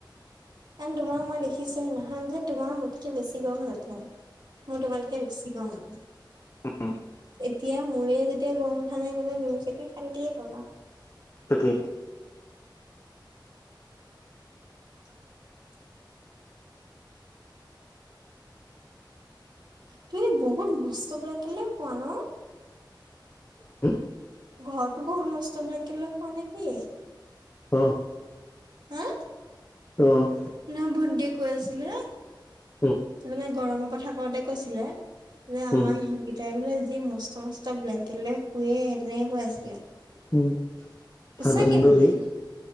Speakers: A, on the right; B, on the left.
A: এণ্ড তোমাৰ মই দেখিছো সিদিনাখন যে তোমাৰ মোতকে বেছি গৰম নুঠে। মোৰ তোমাতকে বেছি গৰম লাগে।
B: উম
A: এতিয়া মোৰে যেতিয়া গৰম উঠা নাই তেনে তুমি চাগে শান্তিয়ে পাবা।
B: তাকে
A: <unintelligible> তুমি বহুত মস্ত ব্লেংকেট লৈ শুৱা ন।
B: হু
A: ঘৰতো বহুত মস্ত ব্লেংকেট লৈ শুৱা নে কি?
B: অহ'।
A: হাঁ?
B: অহ'।
A: নহয়, ভণ্টিয়ে কৈ আছিলে,
B: উম
A: তাৰমানে গৰমৰ কথা কওঁতে কৈছিলে- যে আমাৰ
B: উম
A: ইহঁত কেইটাই বোলে যি মস্ত-মস্ত ব্লেংকেট লৈ শুৱে তেনেকে কৈ আছিলে।
B: উমঁ,
A: সঁচাকে
B: ঠাণ্ডা নি-
A: মানে